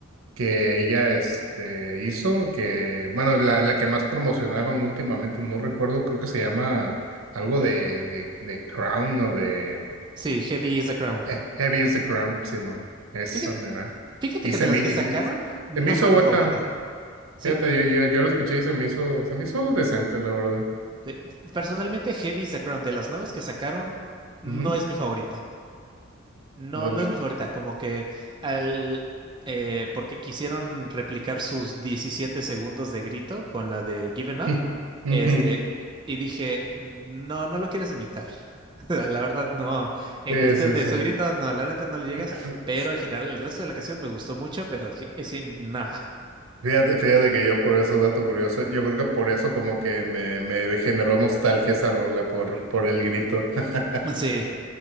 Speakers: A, on the right (about 90°); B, on the right (about 20°).
A: que ella este, hizo, que, bueno, la, la que más promocionaron últimamente, no recuerdo, creo que se llama algo de, de, de Crown o de
B: Sí, Heavy is the Crown.
A: eh, Heavy is the Crown, Simón. Esa
B: Fíjate,
A: mera.
B: fíjate
A: Y
B: que
A: se
B: de las
A: me, y
B: que sacaron, no
A: se me hizo
B: fue
A: buena.
B: mi favorita. Sí,
A: Fíjate, yo, yo, yo lo escuché y se me hizo, se me hizo decente, la verdad.
B: sí. Personalmente, Heavy is the Crown, de las nuevas que sacaron, no
A: Ujú,
B: es mi favorita. No,
A: órale.
B: no es mi favorita, como que al eh, porque quisieron replicar sus 17 segundos de grito con la de Given Up,
A: <laughs> Ujú,
B: este, y dije, no, no lo quieres imitar. <laughs> La verdad, no. En
A: Sí,
B: cuestión
A: sí,
B: de
A: sí.
B: su grito, no, la neta no le llegas,
A: F-
B: pero en general el resto de la canción me gustó mucho, pero dije, "Ay, sí, no.
A: Fíjate, fíjate que yo por eso, dato curioso, yo creo que por eso como que me, me generó nostalgia esa rola por, por el grito. <laughs>
B: Sí.